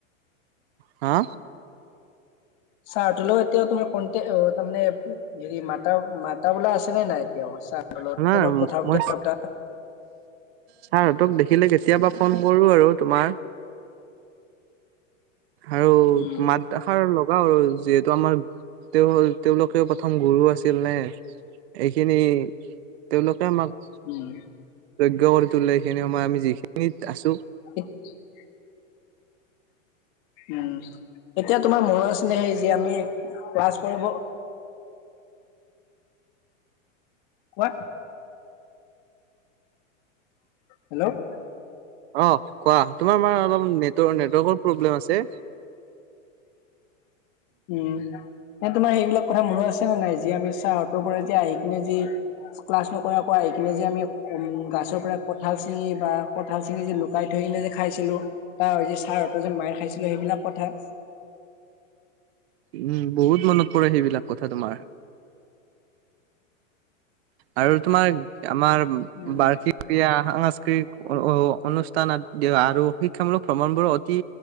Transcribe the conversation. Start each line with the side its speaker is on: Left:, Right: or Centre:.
Right: হা?
Left: চাৰ হঁতৰ লগত এতিয়া তোমাৰ কন্টে অ', তাৰমানে হেৰি মাতা মাতা বোলা আছে নে নাই এতিয়া ছাৰহেতৰ লগত
Right: তোমাৰ
Left: ফোনত কথা
Right: মই
Left: বতৰা পতা?
Right: ছাৰহঁতক দেখিলে কেতিয়াবা ফোন কৰো আৰু তোমাৰ। আৰু
Left: উম
Right: মাত সাৰ লগাও আৰু যিহেতু আমাৰ তেওঁ তেওঁলোকেও প্ৰথম গুৰু আছিল নে। এইখিনি তেওঁলোকে আমাক
Left: উম
Right: যজ্ঞ কৰি তোলে সেইখিনি সময় আমি যিখিনিত আছো।
Left: <unintelligible> উম, এতিয়া তোমাৰ মনৰ আচনে সেই যে আমি ক্লাছ কৰিব কোৱা। হেল্ল'
Right: অঁ! কোৱা? তোমাৰ মান অলপ নেটৰ নেটৱৰ্কৰ প্ৰব্লেম আছে।
Left: উম! এ তোমাৰ সেইবিলাক কথা মন আছে নে নাই যে আমি চাহঁতৰ পৰা যে আহি কিনে যে ক্লাছ নকৰা কৈ আহি কিনে যে আমি উম গাছৰ পৰা কঁঠাল চিঙি বা কঁঠাল চিঙি যে তাই থৈ কিনে যে খাইছিলো তাৰ যে ছাৰহঁতৰ যে মাৰ খাইছিলো সেইবিলাক কথা।
Right: উম! বহুত মনত পৰে সেইবিলাক কথা তোমাৰ। আৰু তোমাৰ আমাৰ
Left: উম।
Right: বাৰ্ষিক ক্ৰিয়া সাংস্ক <unintelligible> অনুষ্ঠান আৰু শিক্ষামূলক ভ্ৰমণবোৰ অতি